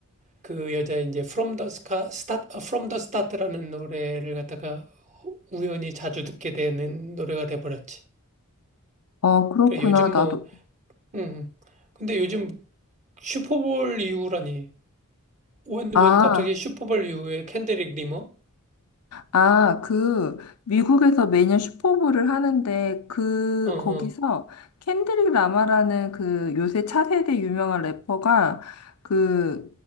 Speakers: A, on the right (about 35°); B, on the left (about 80°).
A: 그 여자 이제 From the Sca- Start, 아, From the Start라는 노래를 갖다가 우연히 자주 듣게 되는 노래가 돼버렸지.
B: 어, 그렇구나.
A: 그래, 요즘
B: 나도.
A: 뭐, 음, 근데 요즘 슈퍼볼 이후라니. 웬,
B: 아,
A: 웬 갑자기 슈퍼볼 이후에 캔드릭 리머?
B: 아, 그 미국에서 매년 슈퍼볼을 하는데 그
A: 어, 어,
B: 거기서 켄드릭 라마라는 그 요새 차세대 유명한 래퍼가 그